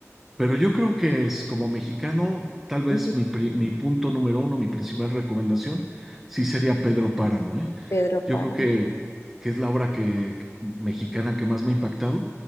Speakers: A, in the centre; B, on the left (about 55°).
A: Pero yo creo que es como mexicano, tal vez
B: Ujú,
A: mi, pri- mi punto número uno, mi principal recomendación, sí sería Pedro Páramo, ¿eh?
B: Pedro
A: Yo
B: Páramo.
A: creo que, que es la obra que, que- mexicana que más me ha impactado.